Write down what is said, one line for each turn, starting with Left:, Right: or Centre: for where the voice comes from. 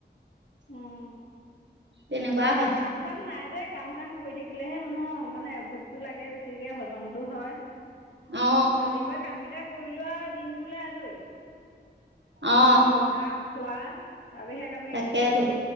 Left: উম,
Right: তেনেকুৱা
Left: এ
Right: হয়
Left: কাম চাম নাই যে, কাম-চাম কৰি থাকিলেহে মানুহৰ মানে ভোকতো লাগে বেছিকে, হজমতটো হয়।
Right: অ
Left: ৰাতিপুৱাই কামকেইটা কৰিলো আৰু দিনটোলৈ আজৰি।
Right: অ
Left: বহা, খোৱা, তাৰ বাহিৰে কামেই
Right: তাকেতো,